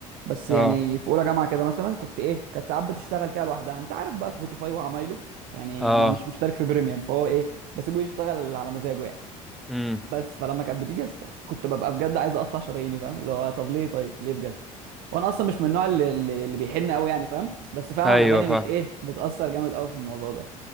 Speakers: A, on the right (about 65°); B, in the centre.
A: بس
B: اه
A: يعني في اولى جامعه كده مثلا كنت ايه كانت ساعات بتشتغل كده لوحدها انت عارف بقى سبوتيفاي وعمايله يعني
B: اه
A: انا مش مشترك في بريميوم فهو ايه بسيبه يشتغل على مزاجه يعني
B: امم
A: بس فلما كانت بتيجي يا اسطى كنت ببقى بجد عايز اقطع شراييني فاهم اللي هو طب ليه طيب ليه بجد وانا اصلا مش من النوع اللي, اللي اللي بيحن قوي يعني فاهم بس فعلا
B: ايوه
A: الاغاني
B: فاهم
A: بت ايه بتاثر جامد قوي في الموضوع ده